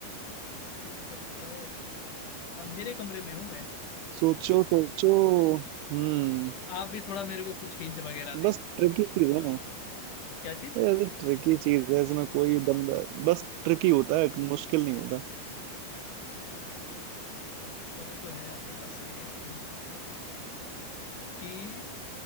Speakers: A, on the left (about 55°); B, on the right (about 80°).
A: है तीन शब्द का है अंधेरे कमरे में हूं मैं
B: सोचो सोचो हम्म
A: आप भी थोड़ा मेरे को कुछ हिंट वगैरह दें
B: बस ट्रिकी
A: दिमाग
B: चीज है ना
A: नहीं चल क्या चीज
B: ऐसे ट्रिकी चीज है इसमें कोई दमदार बस ट्रिकी होता है मुश्किल नहीं होता
A: वो वो तो शो तो है आपकी बात सही है वो तो मुझे समझ में आ रही है कि